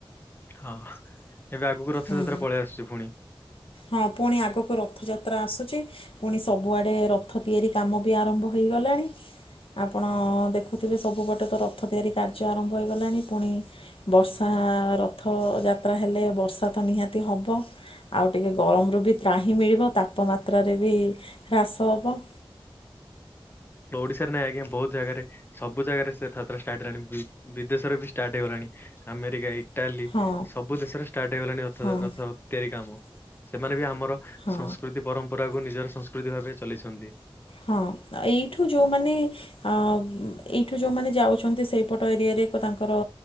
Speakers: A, on the left (about 20°); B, on the left (about 75°).
A: ହଁ ଏବେ ଆଗକୁ ରଥଯାତ୍ରା
B: ହୁଁ
A: ପଳେଇ ଆସୁଛି ପୁଣି।
B: ହଁ ପୁଣି ଆଗକୁ ରଥଯାତ୍ରା ଆସୁଛି ପୁଣି ସବୁଆଡେ ରଥ ତିଆରି କାମ ବି ଆରମ୍ଭ ହେଇଗଲାଣି ଆପଣ ଦେଖୁ
A: ହଁ
B: ଦେଖଥିବେ ସବୁପଟେ ତ ରଥ ତିଆରି କାର୍ଯ୍ୟ ଆରମ୍ଭ ହୋଇଗଲାଣି ପୁଣି ବର୍ଷା ରଥ ଯାତ୍ରା ହେଲେ ବର୍ଷା ତ ନିହାତି ହବ ଆଉ ଟିକେ ଗରମରୁ ବି ତ୍ରାହିଁ ମିଳିବ ତାପମାତ୍ରାରେ ବି ହ୍ରାସ ହେବ।
A: ଓଡିଶାରେ ନାଇଁ ଆଜ୍ଞା ବହୁତ ଜାଗାରେ ସବୁ ଜାଗାରେ ସେ ଛାତ୍ର ଷ୍ଟାର୍ଟ ହେଲାଣି ବି ବିଦେଶରେ ବି ଷ୍ଟାର୍ଟ ହେଇଗଲାଣି ଆମେରିକା ଏଇ ଇଟାଲୀ
B: ହଁ
A: ସବୁ ଦେଶରେ ଷ୍ଟାର୍ଟ ହେଇଗଲାଣି ରଥ
B: ହଁ
A: ରଥ ତିଆରି କାମ ସେମାନେ ବି ଆମର
B: ହଁ।
A: ସଂସ୍କୃତି ପରମ୍ପରାକୁ ନିଜର ସଂସ୍କୃତି ଭାବେ ଚଲେଇଛନ୍ତି।
B: ହଁ ଏଇଠୁ ଯୋଉମାନେ ଆ ଏଇଠୁ ଯୋଉମାନେ ଯାଉଛନ୍ତି ସେଇପଟ ଏରିଆରେ ଏକ ତାଙ୍କର